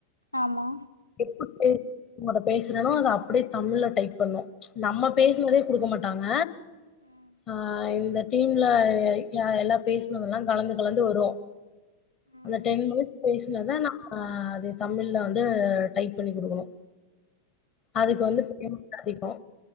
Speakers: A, on the right; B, on the left.
A: ஆமா
B: எப்ப <unintelligible> உங்கட பேசுறேனோ அத அப்படியே தமிழ்ல டைப் பண்ணனு நம்ம பேசுனதே குடுக்க மாட்டாங்க
A: ம்
B: ஆ இந்த டீம்ல எல்லா பேசினதெல்லா கலந்து கலந்து வரு அந்த
A: ம்
B: டென் மினிட்ஸ் பேசுனதா நம்ம அது தமிழில வந்து டைப் பண்ணி குடுக்கணு அதுக்கு வந்து பேமேன்ட் அதிகோ